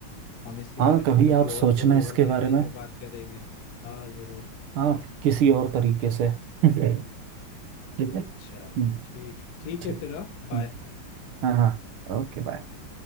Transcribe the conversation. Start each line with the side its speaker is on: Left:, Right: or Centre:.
Left: हम इसके बारे
Right: हाँ
Left: में
Right: कभी
Left: फिर कभी
Right: आप सोचना
Left: और थोड़ी
Right: इसके
Left: और गहराई
Right: बारे में
Left: में बात करेंगे हाँ जरूर
Right: हाँ किसी और तरीके से <laughs> ठीक है ठीक है हम्म,
Left: चलो ठीक ठीक
Right: ठीक
Left: है फिर हाँ
Right: हम्म,
Left: बाय
Right: हाँ हाँ ओके बाय